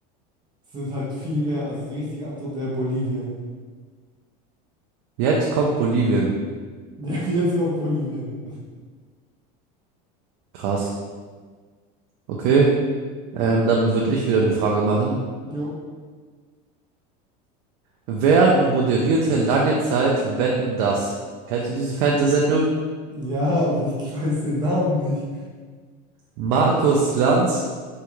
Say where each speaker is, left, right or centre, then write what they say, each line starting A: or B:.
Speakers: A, on the right; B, on the right.
A: sind halt viel mehr. Also die richtige Antwort wäre Bolivien.
B: Jetzt kommt Bolivien.
A: <laughs> Ja, jetzt kommt Bolivien.
B: Krass. Okay, ähm, dann würde ich wieder eine Frage machen.
A: Jo.
B: Wer moderierte lange Zeit Wetten, dass? Kennst du diese Fernsehsendung?
A: Ja, aber ich weiß den Namen nicht.
B: Markus Lanz,